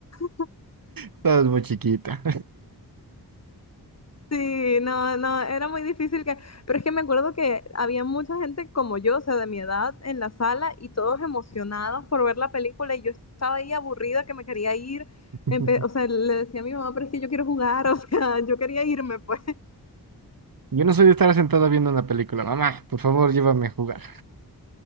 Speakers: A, on the left (about 40°); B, on the right (about 55°).
A: <laughs>
B: Estabas muy chiquita.
A: Sí, no, no, era muy difícil que... Pero es que me acuerdo que había mucha gente como yo, o sea, de mi edad, en la sala y todos emocionados por ver la película y yo estaba ahí aburrida que me quería ir.
B: <laughs>
A: Empe- o sea, le decía a mi mamá, pero es que yo quiero jugar, o sea, <laughs> yo quería irme, pues.
B: Yo no soy de estar sentada viendo una película. Mamá, por favor, llévame a jugar.